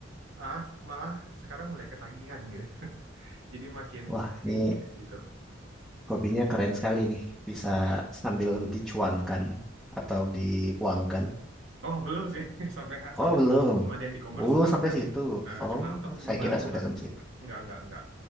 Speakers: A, on the right (about 90°); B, in the centre.
A: ah malah sekarang mulai ketagihan gitu <laughs> jadi makin
B: Wah,
A: makin
B: ini
A: gitu
B: Hobinya keren sekali nih, bisa sambil dicuankan atau diuangkan.
A: oh belum sih <laughs> sampai
B: Oh,
A: sampai
B: belum.
A: sekarang belum ada yang dikomersialkan
B: Oh, belum sampai situ.
A: Eh,
B: Oh,
A: cuma untuk
B: saya
A: ngebantu
B: kira sudah
A: orang
B: sampai situ.
A: Enggak, enggak, enggak.